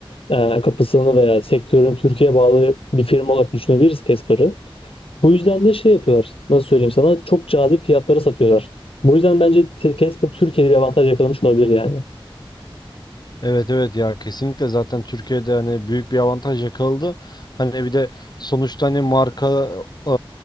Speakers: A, on the left; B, on the left.
A: e, kapısını veya sektörün Türkiye'ye bağlı bir firma olarak düşünebiliriz Casper'ı. Bu yüzden de şey yapıyorlar. Nasıl söyleyeyim sana? Çok cazip fiyatlara satıyorlar. Bu yüzden bence Casper Türkiye'de bir avantaj yakalamış olabilir yani.
B: Evet evet ya kesinlikle zaten Türkiye'de hani büyük bir avantaj yakaladı. Hani bir de sonuçta hani marka e,